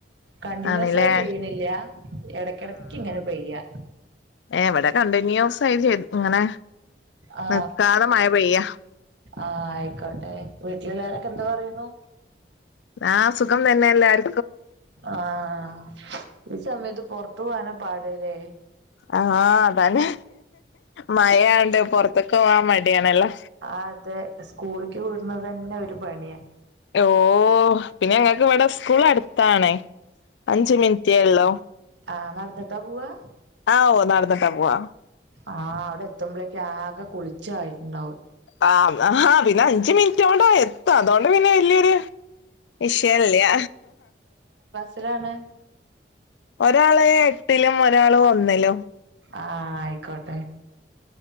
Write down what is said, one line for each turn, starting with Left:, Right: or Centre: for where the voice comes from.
Right: കണ്ടിന്യുസായി
Left: ആണല്ലേ
Right: പെയ്യണില്ല ഇടയ്ക്ക് ഇടയ്ക്ക് ഇങ്ങനെ പെയ്യാ
Left: ഏ ഇവിടെ കണ്ടിന്യുസ് ആയി ഇങ്ങനെ
Right: ആ
Left: നിർത്താതെ മഴ പെയ്യാ
Right: ആയിക്കോട്ടെ വീട്ടിലുള്ളോരൊക്കെ എന്ത് പറയണു
Left: ആഹ് സുഖം തന്നെ എല്ലാർ
Right: ആഹ് ഈ സമയത്ത് പുറത്ത് പോകാനാ പാട് ഇല്ലേ
Left: ആഹ് അതന്നെ മഴ ആയകൊണ്ട് പുറത്തൊക്കെ പോകാൻ മടിയാണല്ലോ
Right: അതെ സ്കൂളിലേക്ക് വിടുന്നത് തന്നെ ഒരു പണിയാ
Left: ഇ ഓ പിന്നെ ഞങ്ങൾക്ക് ഇവിടെ സ്കൂള് അടുത്താണേ അഞ്ച് മിനിറ്റേ ഉള്ളൂ
Right: ആഹ് നടന്നിട്ടാ പോവ്വാ
Left: ആവോ നടന്നിട്ടാ പോവാ
Right: ആ അവിടെത്തുമ്പോഴേക്ക് ആകെ കുളിച്ച് ആയിട്ടുണ്ടാവും
Left: ആ ആഹ് അഞ്ച് മിനി മിനിറ്റ് കൊണ്ടാ എത്തുക അതുകൊണ്ട് വല്യൊരു വിഷയം ഇല്ല്യ
Right: സ്സിലാണ്
Left: ഒരാള് എട്ടിലും ഒരാള് ഒ ന്നിലും
Right: ആഹ് ആയിക്കോട്ടെ